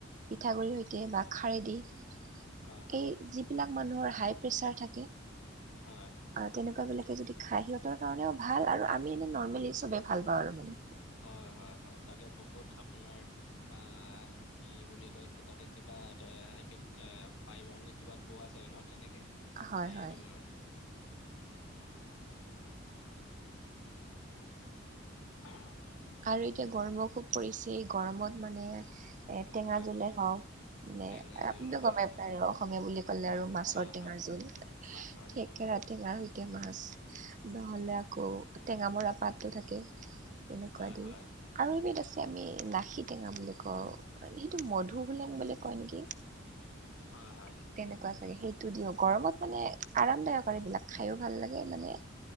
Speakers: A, on the right; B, on the left.
A: পিঠাগুড়িৰ সৈতে বা খাৰেদি এই
B: হয়, হয়,
A: যিবিলাক মানুহৰ হাই প্ৰেছাৰ থাকে।
B: হয়।
A: অ তেনেকুৱা বিলাকে যদি খাই সিহঁতৰ কাৰণেও ভাল আৰু আমি এনে নৰ্মেলি চবে ভাল পাওঁ আৰু মানে।
B: হয় হয় হয় তাতে বহুত আপোনাৰ আ। কি বুলি কয় তাতে কিবা এটা এবিধ ফাইবাৰ নে কিবা পোৱা যায় ন তেনেকে।
A: হয়
B: এইটোৰ
A: হয়।
B: অ। অ।
A: আৰু এতিয়া গৰমো খুব পৰিছে গৰমত মানে এ টেঙা
B: হয়
A: জোলে হওঁ। মানে
B: টেঙা জোল
A: আপুনিতটো
B: হয়,
A: গমেই
B: হয়,
A: পায় আৰু অসমীয়া বুলি ক'লে
B: হয়,
A: আৰু মাছৰ
B: হয়,
A: টেঙাৰ
B: হয়
A: জোল।
B: মাছৰ। টেঙা
A: থেকেৰা
B: জোল
A: টেঙাৰ সকে মাছ নহ'লে আকৌ টেঙ মৰা পাতো থাকে। তেনেকুৱা
B: হয়,
A: দি
B: হয়,
A: আৰু এবিধ আছে আমি লাখি টেঙা বুলি কওঁ। মে সেইটো মধু
B: উম,
A: হোলেং বোলে কয় নেকি। তেনেকুৱা
B: হয়, হয়।
A: চাগে সেইটো দিও গৰমত মানে আৰামদায়ক আৰু এইবিলাক খায়ো ভাল লাগে মানে।